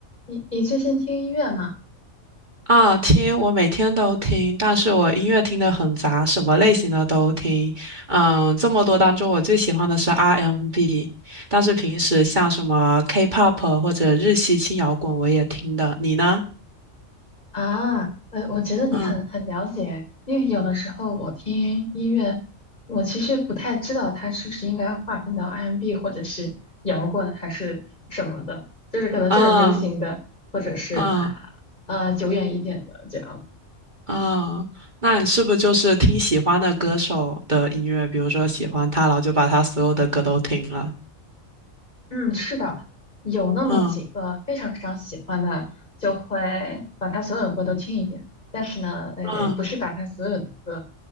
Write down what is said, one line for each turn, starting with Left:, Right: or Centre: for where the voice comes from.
Left: 你你最近听音乐吗？
Right: 啊，听，我每天都听，但是我音乐听得很杂，什么类型的都听。嗯，这么多当中，我最喜欢的是 R&B，但是平时像什么 K-pop 或者日系轻摇滚我也听的。你呢？
Left: 啊，呃，我觉得你很很了解，
Right: 嗯，
Left: 因为有的时候我听音乐，我其实不太知道它是不是应该划分到 R&B 或者是摇滚还是什么的，就是可能就是流行的，
Right: 啊，
Left: 是
Right: 啊，
Left: 啊、久远一点的这样
Right: 啊，那你是不是就是听喜欢的歌手的音乐，比如说喜欢他，然后就把他所有的歌都听了？
Left: 嗯，是的，有那么几个非常非常喜欢的，
Right: 嗯
Left: 就会把他所有歌都听一遍。但是呢，哎，
Right: 嗯
Left: 不是把他所有的歌